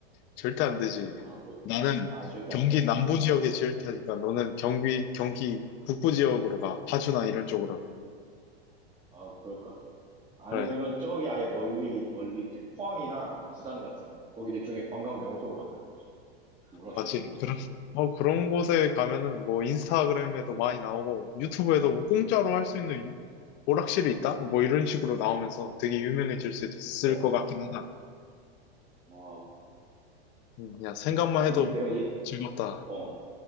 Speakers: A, on the left; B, on the right.
A: 절대 안 되지.
B: 아 그
A: 나는
B: 아 절대
A: 경기
B: 안 되나?
A: 남부 지역에
B: 어
A: 지을 테니까 너는 경기, 경기 북부 지역으로 가. 파주나 이런 쪽으로.
B: 아 그럴까? 아니면은
A: 그래,
B: 저기 아예 멀리 멀리 이제 포항이나 부산 같은데 거기를 일종의 관광 명소로 만드는 거지 그 오락실
A: 맞지.
B: 있는 곳에.
A: 그런, 어, 그런 곳에 가면은 뭐 인스타그램에도 많이 나오고 유튜브에도 뭐 공짜로 할 수 있는 유- 오락실이 있다? 뭐 이런 식으로 나오면서 되게 유명해질 수 있을
B: 어,
A: 것 같긴 하다.
B: 어,
A: 음, 그냥 생각만
B: 어, 지금
A: 해도
B: 내가, 얘-
A: 즐겁다.
B: 어,